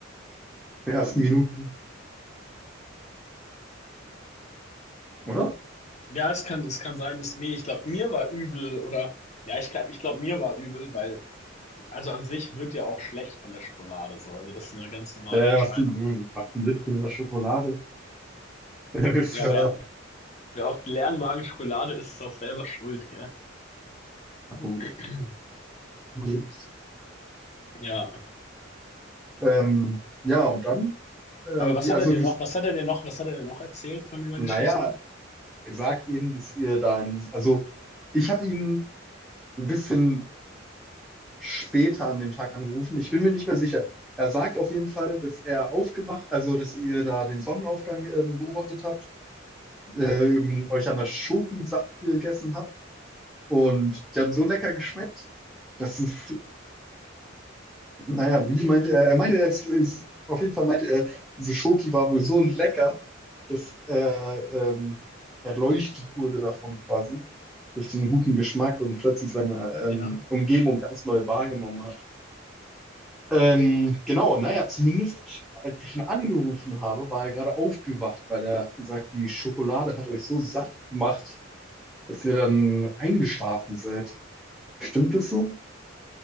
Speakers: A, in the centre; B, on the left.
A: den ersten Minuten, oder?
B: Ja, es kann, es kann sein, dass, nee, ich glaube, mir war übel oder, ja, ich glaube, ich glaube, mir war übel, weil Also an sich wird ja auch schlecht von der Schokolade so. Also das ist eine ganz normale
A: Äh,
B: Erscheinung.
A: was denn, du machst ein Littchen in der Schokolade? <laughs> Das ist
B: Ja,
A: ja,
B: wer, wer oft leeren Magen Schokolade isst, ist auch selber schuld, gell?
A: na gut.
B: <clears throat>
A: Okay.
B: Ja.
A: Ähm, ja, und dann, ähm,
B: Aber was
A: wie,
B: hat
A: also
B: er dir
A: du,
B: noch, was hat er dir noch, was hat er dir noch erzählt von dieser
A: Naja,
B: Geschichte?
A: er sagt eben, dass ihr da in, also ich habe ihn ein bisschen später an dem Tag angerufen. Ich bin mir nicht mehr sicher. Er sagt auf jeden Fall, dass er aufgewacht, also dass ihr da den Sonnenaufgang ähm, beobachtet habt, äh, ähm, euch an der Schoki satt gegessen habt und die haben so lecker geschmeckt, dass es Naja, wie meinte er? Er meinte, er ist, ist, auf jeden Fall meinte er, diese Schoki war wohl so lecker, dass er ähm, erleuchtet wurde davon quasi, durch den guten Geschmack und plötzlich seine ähm,
B: Ja.
A: Umgebung ganz neu wahrgenommen hat. Ähm, genau, naja, zumindest als ich ihn angerufen habe, war er gerade aufgewacht, weil er hat gesagt, die Schokolade hat euch so satt gemacht, dass ihr dann eingeschlafen seid. Stimmt das so?